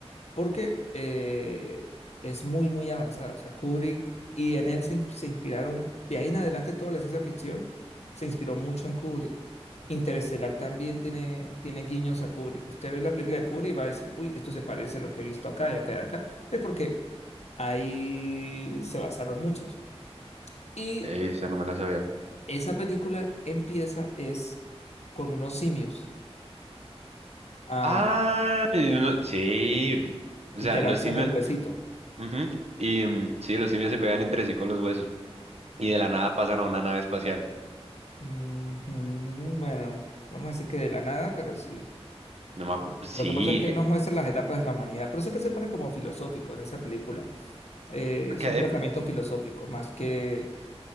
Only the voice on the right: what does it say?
<sighs> Esa no me la sabía.
Ah, y sí. O
sea,
los simios.
ujú, Y mm, sí, los simios se pegan entre sí con los huesos. Y de la nada pasan a una nave espacial.
No me acuerdo.
Sí.
eh,
ok.